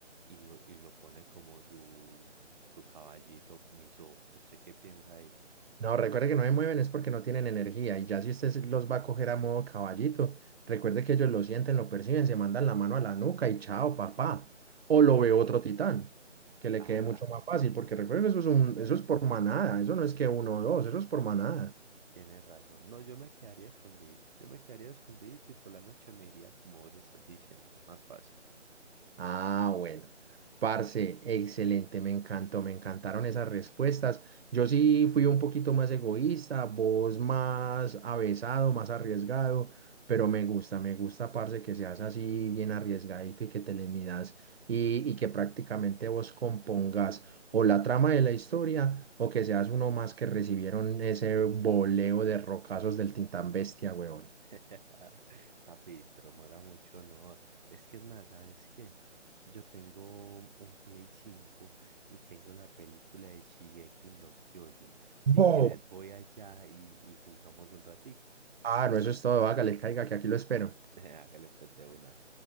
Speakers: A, on the right; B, on the right.
A: y, lo, y lo pone como su, su caballito miso? ¿Usted qué piensa ahí?
B: No, recuerde que no se mueven es porque no tienen energía y ya si usted se- los va a coger a modo caballito, recuerde que ellos lo sienten, lo perciben, se mandan la mano a la nuca y chao, papá. O lo ve otro titán, que le
A: Ah,
B: quede mucho más fácil, porque recuerde que eso es un, eso es por manada, eso no es que uno o dos, eso es por manada.
A: tiene razón. No, yo me quedaría escondido, yo me quedaría escondido y por la noche me iría como vos estás diciendo, más fácil.
B: Ah, bueno. Parce, excelente, me encantó, me encantaron esas respuestas. Yo sí fui un poquito más egoísta, vos más avesado, más arriesgado, pero me gusta, me gusta, parce, que seas así bien arriesgadito y que te le midas y, y que prácticamente vos compongas o la trama de la historia o que seas uno más que recibieron ese voleo de rocazos del Tintán Bestia, weón.
A: <laughs> Papi, pero muera mucho honor. Es que es más, ¿sabes qué? Yo tengo un Play 5 y tengo la película de Shigeki no Kyojin. Si
B: Bo.
A: quieres, voy allá y, y jugamos un ratico.
B: Ah, no, eso es todo, hágale, caiga, que aquí lo espero.
A: <laughs> Hágale pues de una.